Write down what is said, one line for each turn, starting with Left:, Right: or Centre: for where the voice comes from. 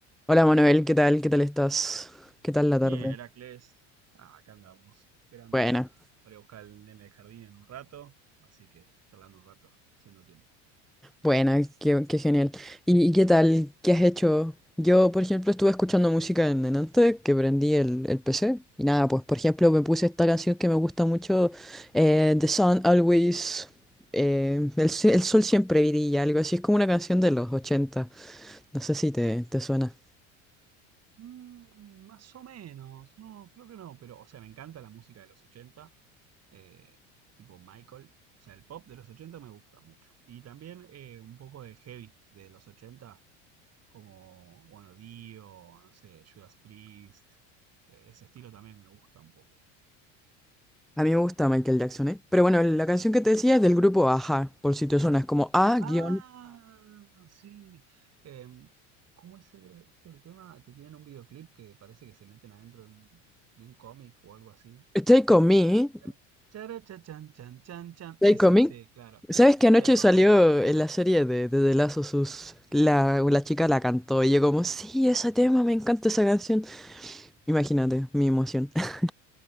Centre: Hola Manuel, ¿qué tal? ¿Qué tal estás? ¿Qué tal la tarde?
Right: Bien, Heracles. Ah, acá andamos, esperando
Centre: Buena,
Right: para ir a buscar al nene del jardín en un rato, así que charlando un rato, haciendo tiempo.
Centre: buena, qué, qué genial. ¿Y, y qué tal? ¿Qué has hecho? Yo, por ejemplo, estuve escuchando música en, en antes, que prendí el, el PC. Y nada, pues por ejemplo me puse esta canción que me gusta mucho, eh, The Sun Always, eh, el, se- el sol siempre brilla, algo así. Es como una canción de los 80. No sé si te, te suena.
Right: Mm, más o menos, no, creo que no, pero, o sea, me encanta la música de los 80, eh, tipo Michael, o sea, el pop de los 80 me gusta mucho. Y también eh, un poco de heavy de los 80, como, bueno, Dio, no sé, Judas Priest, eh, ese estilo también me gusta un poco.
Centre: A mí me gusta Michael Jackson, ¿eh? Pero bueno, la canción que te decía es del grupo Aja, por si te suena, es como A-H.
Right: Ah, sí. Em, ¿cómo es el, este, el tema que tienen un videoclip que parece que se meten adentro de un, de un cómic o algo así?
Centre: Stay con me.
Right: Chan, chara, cha, chan, chan, chan, chan.
Centre: Stay
Right: Ese,
Centre: Coming.
Right: sí, claro.
Centre: ¿Sabes
Right: el
Centre: que anoche
Right: Take
Centre: salió
Right: on me.
Centre: en
Right: Exacto.
Centre: la serie de, de The Last of Us? La, la chica la cantó y yo como, sí, ese tema, me encanta esa canción. Imagínate mi emoción. <laughs>